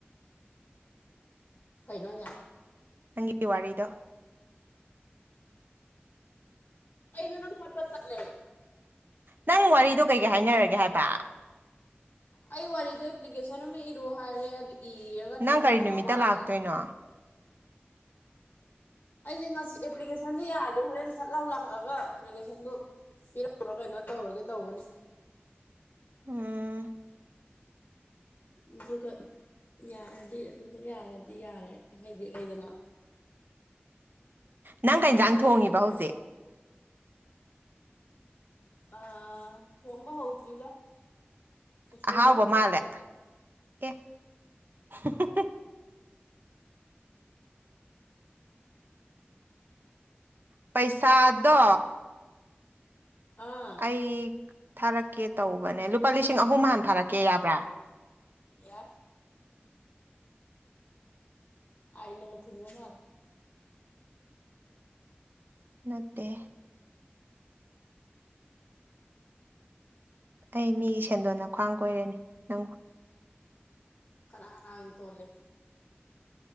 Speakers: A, on the left (about 50°); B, on the right (about 55°).
A: ꯐꯩꯩꯅꯣꯖ
B: ꯅꯪꯒꯤ ꯋꯥꯔꯤꯗꯣ
A: ꯀꯩꯅꯣ ꯅꯪ ꯄꯠ ꯄꯠ ꯇꯠꯂꯦ
B: ꯅꯪ ꯋꯥꯔꯤꯗꯣ ꯀꯩꯀꯩ ꯍꯥꯏꯅꯔꯒꯦ ꯍꯥꯏꯕ
A: ꯑꯩ ꯋꯥꯔꯤꯗꯣ ꯑꯦꯄ꯭ꯂꯤꯀꯦꯁꯟ ꯑꯃ ꯏꯔꯛꯑꯣ ꯍꯥꯏꯔꯦ ꯏꯔꯒ
B: ꯅꯪ
A: ꯊꯥꯖꯤꯜꯂꯒ
B: ꯀꯔꯤ ꯅꯨꯃꯤꯠꯇ
A: ꯃꯉꯥꯏꯔꯦ
B: ꯂꯥꯛꯇꯣꯏꯅꯣ
A: <inaudible> ꯑꯩꯁꯦ ꯉꯁꯤ ꯑꯦꯄ꯭ꯂꯤꯀꯦꯁꯟꯁ ꯌꯥꯔꯗꯤ ꯍꯣꯔꯦꯟ ꯁꯠ ꯂꯥꯎ ꯂꯥꯛꯑꯒ ꯑꯦꯄ꯭ꯂꯤꯀꯦꯁꯟꯗꯨ ꯄꯤꯔꯝꯕ꯭ꯔ ꯀꯩꯅꯣ ꯇꯧꯔꯒꯦ ꯇꯧꯒꯅꯤ
B: ꯎꯝ
A: ꯐꯗꯨꯒ ꯌꯥꯔꯗꯤ ꯑꯗꯨꯗ ꯌꯥꯔꯗꯤ ꯌꯥꯔꯦ ꯑꯩꯩꯗꯤ ꯂꯩꯗꯅ
B: ꯅꯪ ꯀꯩꯖꯥꯡ
A: ꯂꯥꯏꯕꯛ
B: ꯊꯣꯡꯉꯤꯕ
A: ꯌꯦꯡꯉ
B: ꯍꯧꯖꯤꯛ
A: ꯑ ꯊꯣꯡꯕ ꯍꯧꯗ꯭ꯔꯤꯗ ꯎꯁꯣꯏ
B: ꯑꯍꯥꯎꯕ
A: ꯏꯔꯣꯟꯗꯣꯢꯕ
B: ꯃꯥꯜꯂꯦ ꯑꯦ <unintelligible> ꯄꯩꯁꯥꯗꯣ
A: ꯑꯥ
B: ꯑꯩ ꯊꯥꯔꯛꯀꯦ ꯇꯧꯕꯅꯦ ꯂꯨꯄꯥ ꯂꯤꯁꯤꯡ ꯑꯍꯨꯝ ꯍꯥꯟ ꯊꯥꯔꯛꯀꯦ ꯌꯥꯕ꯭ꯔꯥ
A: ꯌꯥ ꯑꯥꯏꯅꯉ ꯊꯉꯅ
B: ꯅꯠꯇ ꯑꯩ ꯃꯤ ꯁꯦꯟꯗꯣꯟꯅ ꯈ꯭ꯋꯥꯡ ꯀꯣꯏꯔꯦꯅꯦ ꯅꯪꯕꯨ
A: ꯀꯅꯥꯅꯥꯏ ꯇꯣꯂꯦ